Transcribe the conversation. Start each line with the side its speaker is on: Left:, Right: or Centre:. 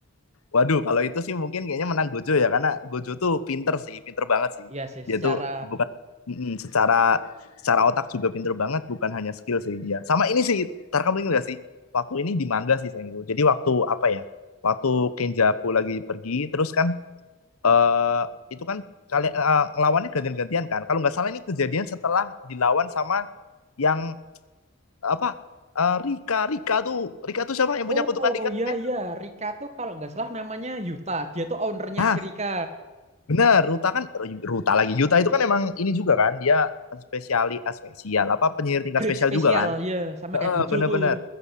Left: waduh kalau itu sih mungkin kayaknya menang Gojo ya karena Gojo tuh pinter sih pinter banget sih
Right: Iya sih,
Left: dia
Right: secara...
Left: tuh bukan mm, secara secara otak juga pinter banget bukan hanya skill sih ya sama ini sih ntar kamu ingat gak sih waktu ini di manga sih sayang itu jadi waktu apa ya waktu Kenjaku lagi pergi terus kan eh itu kan kalian eh, ngelawannya gantian-gantian kan. Kalau nggak salah ini kejadian setelah dilawan sama yang apa eh, Rika Rika tuh Rika tuh siapa yang punya
Right: Oh,
Left: kutukan Rika
Right: iya,
Left: ya?
Right: iya. Rika tuh kalau nggak salah namanya Yuta. Dia tuh ownernya
Left: Ah
Right: si Rika.
Left: bener Ruta kan eh, Ruta lagi Yuta itu kan emang ini juga kan dia spesiali eh, spesial apa penyihir tingkat
Right: Grade
Left: spesial
Right: spesial,
Left: juga kan?
Right: ya. Sama
Left: Heeh,
Right: kayak Gojo
Left: bener-bener
Right: tuh.